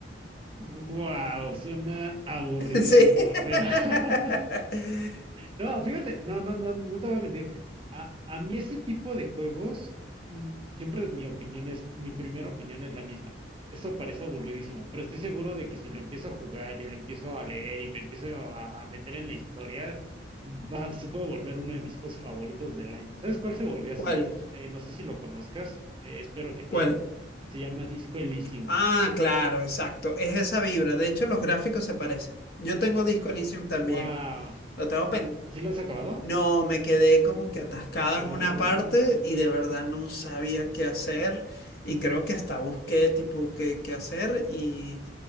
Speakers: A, on the right (about 30°); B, on the left (about 55°).
A: Wow, suena aburridísimo,
B: Sí.
A: pero
B: <laughs>
A: <laughs> No, fíjate, no, no, no, no te voy a mentir. A, a mí ese tipo de juegos, mm, siempre mi opinión es, mi primera opinión es la misma. Eso parece aburridísimo, pero estoy seguro de que si lo empiezo a jugar y lo empiezo a leer y me empiezo a, a meter en la historia, va, se puede volver uno de mis juegos favoritos del año. ¿Sabes cuál se volvió así?
B: ¿Cuál?
A: Eh, no sé si lo conozcas, eh, espero que sí.
B: ¿Cuál?
A: Se llama Disco Elysium.
B: Ah, claro, exacto. Es esa vibra. De hecho, los gráficos se parecen. Yo tengo Disco Elysium también.
A: ¡Wow!
B: Lo tengo pendiente.
A: ¿Sí lo has acabado?
B: No, me quedé como que atascado
A: Oh,
B: en una parte y de verdad no sabía qué hacer. Y creo que hasta busqué tipo qué, qué hacer. Y